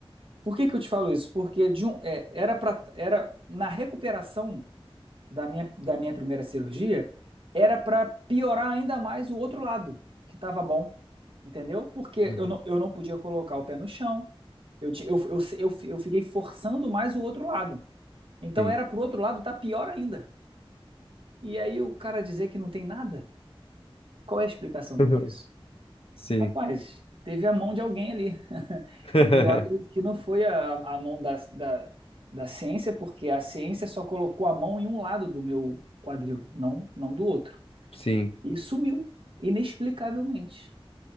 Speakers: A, on the right (about 65°); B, on the left (about 70°).
A: Por que que eu te falo isso? Porque de um, é, era para era na recuperação da minha, da minha primeira cirurgia, era para piorar ainda mais o outro lado, que estava bom, entendeu? Porque
B: Uhum.
A: eu não, eu não podia colocar o pé no chão, eu, ti- eu, eu, eu, eu fiquei forçando mais o outro lado. Então
B: Sim.
A: era pro outro lado tá pior ainda. E aí o cara dizer que não tem nada? Qual é a explicação
B: <laughs>
A: para isso?
B: Sim.
A: Rapaz, teve a mão de alguém ali. <laughs>
B: <laughs>
A: E eu acredito que não foi a, a mão da, da, da ciência, porque a ciência só colocou a mão em um lado do meu quadril, não, não do outro.
B: Sim,
A: E sumiu, inexplicavelmente.